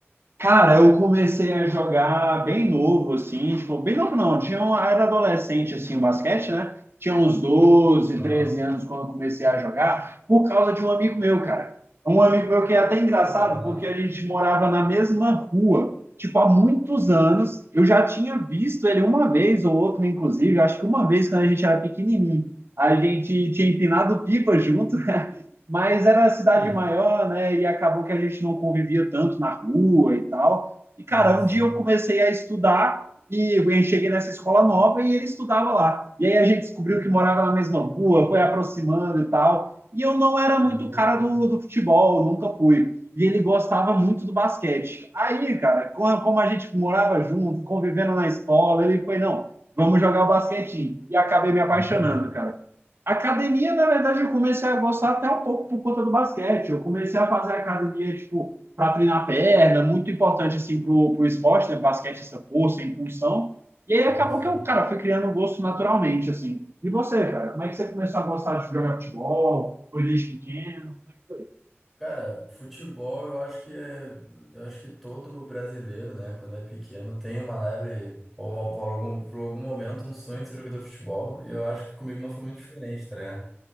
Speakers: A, on the right; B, in the centre.
A: Cara, eu comecei a jogar bem novo, assim, tipo, bem novo não, tinha um, era adolescente, assim, o basquete, né? Tinha uns doze,
B: Aham.
A: treze anos quando eu comecei a jogar, por causa de um amigo meu, cara. Um amigo meu que é até engraçado,
B: Pô, vai lá.
A: porque a gente morava na mesma rua, tipo, há muitos anos. Eu já tinha visto ele uma vez ou outra, inclusive, acho que uma vez quando a gente era pequenininho. A gente tinha empinado pipa junto, <laughs> mas era uma cidade
B: Hum,
A: maior, né? E acabou que a gente não convivia tanto na rua e tal. E, cara,
B: Sim, sim.
A: um dia eu comecei a estudar e eu cheguei nessa escola nova e ele estudava lá. E aí a gente descobriu que morava na mesma rua, foi aproximando e tal. E eu não era muito
B: Pô, que
A: cara
B: loucura.
A: do, do futebol, nunca fui. E ele gostava muito do basquete. Aí, cara, como a gente morava junto, convivendo na escola, ele foi, não, vamos jogar o basquetinho. E acabei me apaixonando,
B: <laughs>
A: cara. Academia, na verdade, eu comecei a gostar até um pouco por conta do basquete. Eu comecei a fazer academia, tipo, para treinar perna, muito importante, assim, pro, pro esporte, né? Basquete, essa força, impulsão. E aí acabou
B: Sim, sim.
A: que eu, cara, fui criando um gosto naturalmente, assim. E você, cara? Como é que você começou a gostar de jogar futebol? Foi desde pequeno? Como é que foi?
B: Cara, futebol eu acho que é, eu acho que todo brasileiro, né, quando é pequeno, tem uma leve, ou por algum, por algum momento, um sonho de ser jogador de futebol, e eu acho que comigo não foi muito diferente, tá ligado?